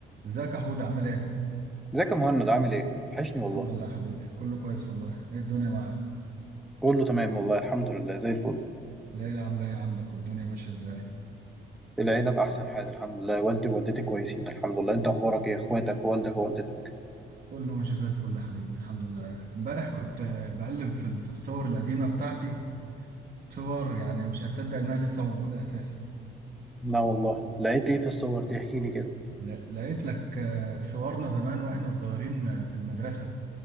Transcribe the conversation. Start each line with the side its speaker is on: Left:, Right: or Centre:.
Right: ازيك يا حود عامل ايه؟
Centre: ازيك يا مهند عامل ايه؟ وحشني والله
Right: الحمد لله يا حبيبي كله كويس والله ايه الدنيا معاك؟
Centre: كله تمام والله الحمد لله زي الفل
Right: العيلة عاملة ايه عندك والدنيا ماشية ازاي؟
Centre: العيلة بأحسن حال الحمد لله والدي ووالدتي كويسين الحمد لله انت أخبارك ايه اخواتك ووالدك ووالدتك
Right: كله ماشي زي الفل يا حبيبي الحمد لله امبارح كنت آه، بقلب في ال- في الصور القديمة بتاعتي صور يعني مش هتصدق انها لسه موجودة اساسا
Centre: لا والله لقيت ايه في الصور دي احكي لي كده
Right: لا- لقيت لك آه، صورنا زمان واحنا صغيرين آه، في المدرسة